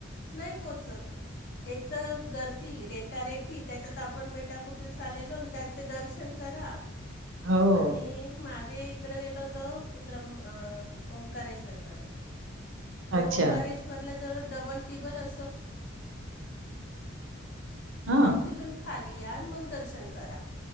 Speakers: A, on the left; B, on the right.
A: नाही पोहोचत एक तर घर रेटा रेटी त्याच्यात आपण मेटा कुठून आलेलो त्यात ते दर्शन करा
B: हो.
A: आणि मागे तडे गेलो होत्र ओंकारेश्वर कडे
B: अच्छा.
A: ओकारेश म त्यां
B: हां.
A: त खा म दर्शन करा